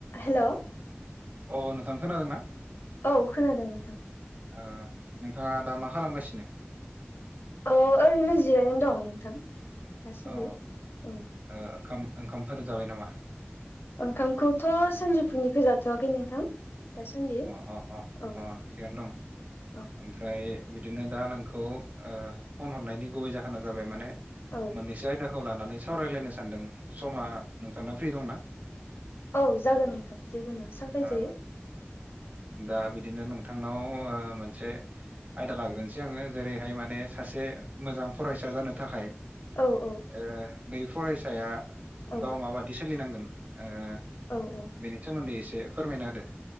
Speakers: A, on the left; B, on the right.
A: हेल'
B: अ नोंथां खोनादों ना?
A: औ खोनादों नोंथां।
B: ओ नोंथाङा दा मा खालामगासिनो?
A: औ ओरैनो जिरायना दं नोंथां दासान्दि
B: अ
A: औ
B: ओ खाम ओंखामफोर जाबाय नामा?
A: ओंखामखौथ' सानजौफुनिखौ जाथ'वाखै नोंथां। दासान्दि
B: अ अ अ
A: औ
B: अ थिगानो दं।
A: औ
B: ओमफ्राय बिदिनो दा नोंखौ ओ फन हरनायनि गुबै जाहोना जाबाय माने
A: औ
B: मोननैसो आयदाखौ लानानै सावरायलायनो सानदों समा नोंथांना फ्रि दंना?
A: औ जागोन नोंथां जेबो नङा सावराय
B: ओ
A: जायो।
B: दा बिदिनो नोंथांनाव ओ मोनसे आयदा लाग्रोनोसै आङो जेरैहाय माने सासे मोजां फरायसा जानो थाखाय
A: औ औ
B: ओ बै फरायसाया
A: औ
B: गाव माबादि सोलिनांगोन ओ
A: औ औ
B: बेनि सोमोन्दै एसे फोरमायना होदो